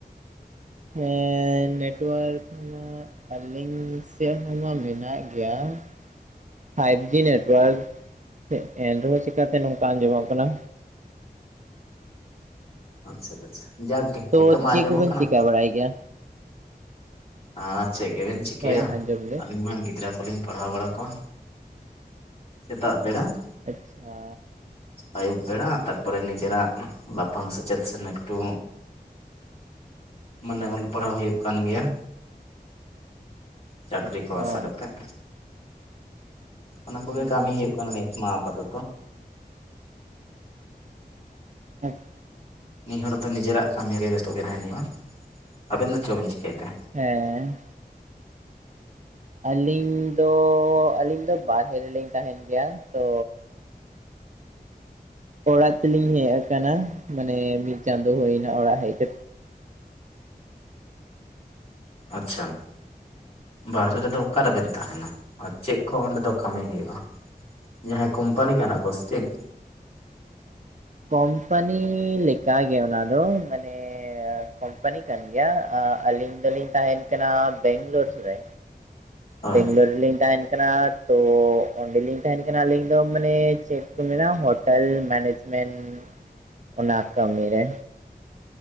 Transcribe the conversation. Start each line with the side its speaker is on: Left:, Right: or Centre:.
Right: ᱮᱸ ᱱᱮᱴᱣᱟᱨᱠ ᱟᱹᱞᱤᱧ ᱥᱮᱫ ᱦᱚᱸᱢᱟ ᱢᱮᱱᱟᱜ ᱜᱮᱭᱟ ᱾ ᱯᱷᱟᱭᱤᱵ ᱡᱤ ᱱᱮᱴᱣᱟᱨᱠ ᱮᱱ ᱨᱮᱦᱚᱸ ᱪᱮᱠᱟᱛᱮ ᱱᱚᱝᱠᱟ ᱟᱸᱡᱚᱢᱚᱜ ᱠᱟᱱᱟ?
Left: ᱟᱪᱪᱷᱟ ᱟᱪᱪᱷᱟ ᱡᱟᱠᱜᱮ
Right: ᱛᱚ
Left: ᱱᱤᱛᱚᱜ ᱢᱟ
Right: ᱪᱮᱫ
Left: ᱟᱸᱡᱚᱢᱚᱜ
Right: ᱠᱚᱵᱮᱱ
Left: ᱠᱟᱱᱟ
Right: ᱪᱤᱠᱟ
Left: ᱾
Right: ᱵᱟᱲᱟᱭ ᱜᱮᱭᱟ ᱾
Left: ᱟᱨ ᱪᱮᱫ ᱜᱮᱵᱮᱱ ᱪᱤᱠᱟᱹᱭᱟ?
Right: ᱦᱳᱭ ᱟᱸᱡᱚᱢ ᱜᱮ
Left: ᱟᱹᱞᱤᱧ ᱢᱟ ᱜᱤ ᱜᱤᱫᱽᱨᱟᱹ ᱠᱚᱞᱤᱧ ᱯᱟᱲᱦᱟᱣ ᱵᱟᱲᱟ ᱠᱚᱣᱟ, ᱥᱮᱛᱟᱜ ᱵᱮᱲᱟ ᱾
Right: ᱟᱪᱪᱷᱟ᱾
Left: ᱟᱹᱭᱩᱵ ᱵᱮᱲᱟ ᱛᱟᱨᱯᱚᱨᱮ ᱱᱤᱡᱮᱨᱟᱜ ᱞᱟᱯᱟᱝ ᱥᱮᱪᱮᱫ ᱥᱮᱱ ᱮᱠᱴᱩ ᱢᱟᱱᱮ ᱚᱞ ᱯᱟᱲᱦᱟᱣ ᱦᱩᱭᱩᱜ ᱠᱟᱱ ᱜᱮᱭᱟ᱾ ᱪᱟᱹᱠᱨᱤ
Right: ᱟᱪᱪᱷᱟ
Left: ᱠᱚ ᱟᱥᱟ ᱠᱟᱛᱮᱫ᱾ ᱚᱱᱟ
Right: ᱦᱩᱸ
Left: ᱠᱚᱜᱮ ᱠᱟᱹᱢᱤ ᱦᱩᱭᱩᱜ ᱠᱟᱱᱟ ᱱᱤᱛ ᱢᱟ ᱟᱯᱟᱛᱚᱛᱚ᱾
Right: <unintelligible>
Left: ᱱᱤ ᱦᱚᱲ ᱫᱚ ᱱᱤᱡᱮᱨᱟᱜ ᱠᱟᱹᱢᱤ ᱨᱮ ᱵᱮᱥᱛᱚ ᱜᱮ ᱛᱟᱦᱮᱸᱱ ᱦᱩᱭᱩᱜᱼᱟ᱾ ᱟᱵᱮᱱ ᱫᱚ ᱪᱚᱵᱮᱱ ᱪᱤᱠᱟᱹᱭ ᱛᱮ?
Right: ᱦᱮᱸ᱾ ᱟᱹᱞᱤᱧ ᱫᱚ ᱟᱹᱞᱤᱧ ᱫᱚ ᱵᱟᱨᱦᱮ ᱨᱮᱞᱤᱧ ᱛᱟᱦᱮᱸᱱ ᱜᱮᱭᱟ ᱛᱚ ᱚᱲᱟᱜ ᱛᱮᱞᱤᱧ ᱦᱮᱡ ᱟᱠᱟᱱᱟ ᱢᱟᱱᱮ ᱢᱤᱫ ᱪᱟᱸᱫᱳ ᱦᱳᱭ ᱮᱱᱟ ᱚᱲᱟᱜ ᱦᱮᱡ <inaudible>
Left: ᱟᱪᱪᱷᱟ᱾ ᱵᱟᱨᱦᱮ ᱨᱮᱫᱚ ᱚᱠᱟ ᱨᱮᱵᱮᱱ ᱛᱟᱦᱮᱸᱱᱟ? ᱟᱨ ᱪᱮᱫ ᱠᱚ ᱚᱸᱰᱮ ᱫᱚ ᱠᱟᱹᱢᱤ ᱦᱩᱭᱩᱜᱼᱟ? ᱡᱟᱦᱟᱸᱭ ᱠᱳᱢᱯᱟᱱᱤ ᱠᱟᱱᱟ ᱠᱚᱥᱮ ᱪᱮᱫ?
Right: ᱠᱚᱢᱯᱟᱱᱤ ᱞᱮᱠᱟ ᱜᱮ ᱚᱱᱟ ᱫᱚ ᱢᱟᱱᱮ ᱮᱸ ᱠᱳᱢᱯᱟᱱᱤ ᱠᱟᱱ ᱜᱮᱭᱟ ᱟᱸ ᱟᱹᱞᱤᱧ ᱫᱚᱞᱤᱧ ᱛᱟᱦᱮᱸᱱ ᱠᱟᱱᱟ ᱵᱮᱝᱞᱳᱨ ᱨᱮ᱾
Left: ᱦᱳᱭ
Right: ᱵᱮᱝᱞᱳᱨ ᱨᱮᱞᱤᱧ ᱛᱟᱦᱮᱸᱱ ᱠᱟᱱᱟ ᱛᱚ ᱚᱸᱰᱮᱞᱤᱧ ᱛᱟᱸᱦᱮᱱ ᱠᱟᱱᱟ ᱟᱹᱞᱤᱧ ᱫᱚ ᱢᱟᱱᱮ ᱪᱮᱫ ᱠᱚ ᱢᱮᱱᱟ ᱦᱳᱴᱮᱞ ᱢᱮᱱᱮᱡᱽᱢᱮᱱᱴ, ᱚᱱᱟ ᱠᱟᱹᱢᱤ ᱨᱮ᱾